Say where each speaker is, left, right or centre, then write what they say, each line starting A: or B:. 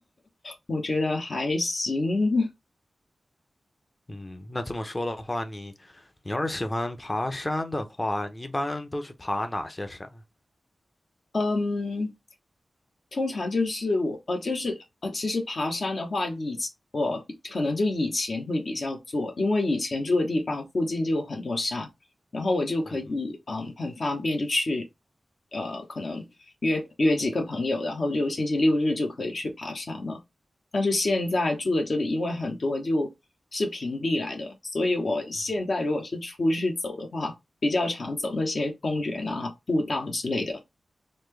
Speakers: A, on the left; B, on the left.
A: 我觉得还行。
B: 嗯，那这么说的话，你你要是喜欢爬山的话，你一般都去爬哪些山？
A: <laughs> 嗯，通常就是我呃，就是呃，其实爬山的话，以我比可能就以前会比较做，因为以前住的地方附近就有很多山，然后我就可以嗯很方便就去，
B: 嗯哼，
A: 呃，可能约约几个朋友，然后就星期六日就可以去爬山了。但是现在住的这里，因为很多就是平地来的，所以我现在如果是出去走的话，
B: 嗯哼，
A: 比较常走那些公园啊、步道之类的。